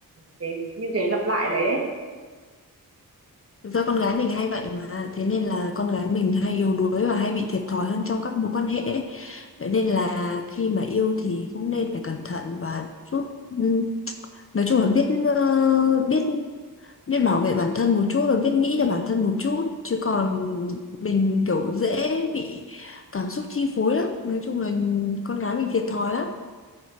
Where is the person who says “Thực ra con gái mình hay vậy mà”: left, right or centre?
Left